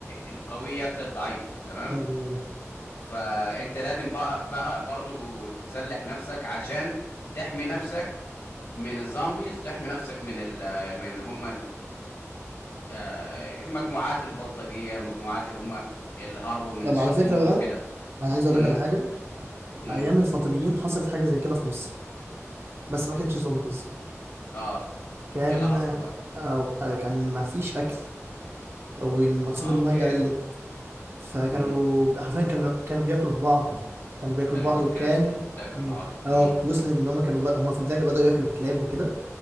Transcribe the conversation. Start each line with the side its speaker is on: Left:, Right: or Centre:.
Left: القوي ياكل الضعيف تمام
Right: ايوه ايوه
Left: فانت لازم بقى بقى برضو تسلح نفسك عشان تحمي نفسك من الزومبيز تحمي نفسك من ال من اللي هم آه، مجموعات البلطجية مجموعات اللي هم اللي هربوا من
Right: طب
Left: السجون
Right: على فكره بقى
Left: وكده
Right: انا عايز اقول
Left: امم
Right: لك على حاجه
Left: امم
Right: ايام الفاطميين حصلت حاجه زي كده في مصر بس ما كانتش زومبيز
Left: اه
Right: كان
Left: ايه اللي حصل بقى
Right: أو آه، كان ما فيش اكل ومنسوب
Left: اه
Right: الميه
Left: اوكي
Right: قلت فكانوا
Left: امم
Right: حرفيا كانوا كانوا بياكلوا في بعض كانوا بياكلوا
Left: كان
Right: في بعض
Left: ابن
Right: وكان
Left: الناس بت- بتاكلوا
Right: مم.
Left: بعض
Right: اه
Left: امم
Right: وصلت ان هم كانوا بقى هم في البدايه بداوا ياكلوا الكلاب وكده